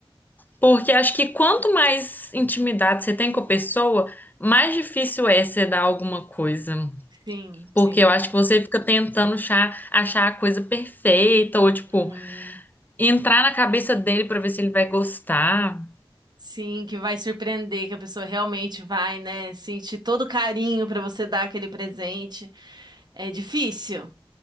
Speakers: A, on the left (about 20°); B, on the right (about 50°).
A: porque acho que quanto mais intimidade você tem com a pessoa, mais difícil é você dar alguma coisa.
B: Sim,
A: Porque
B: sim.
A: eu acho que você fica tentando achar, achar a coisa perfeita, ou tipo,
B: Uhum.
A: entrar na cabeça dele pra ver se ele vai gostar.
B: Sim, que vai surpreender, que a pessoa realmente vai, né, sentir todo o carinho para você dar aquele presente. É difícil,